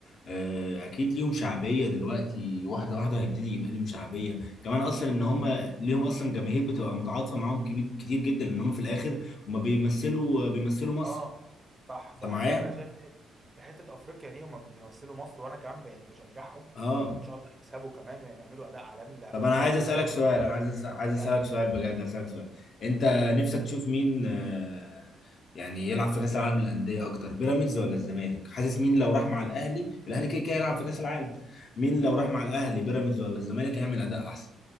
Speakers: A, on the left; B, on the right.
A: آه، اكيد ليهم شعبيه دلوقتي واحده واحده هيبتدي يبقى ليهم شعبيه كمان اصلا ان هم ليهم اصلا جماهير بتبقى متعاطفه معاهم كبير كتير جدا لان هم في الاخر هم بيمثلوا بيمثلوا مصر
B: اه صح صح
A: انت معايا
B: لا انا شايف حت... في حته افريقيا دي هم بيمثلوا مصر وانا كمان ب- يعني بشجعهم
A: اه
B: وان شاء الله يكسبوا كمان ويعملوا اداء عالمي لا
A: طب
B: لا
A: انا
B: لا
A: عايز
B: بس
A: اسالك
B: عادي،
A: سؤال
B: أصلاً
A: انا عايز أس- عايز اسالك
B: يعني
A: سؤال بجد عايز اسالك سؤال انت نفسك تشوف مين آه، يعني يلعب في كاس العالم للانديه اكتر بيراميدز ولا الزمالك حاسس مين لو راح مع الاهلي الاهلي كده كده يلعب في كاس العالم مين لو
B: اه
A: راح مع الاهلي بيراميدز ولا الزمالك هيعمل اداء احسن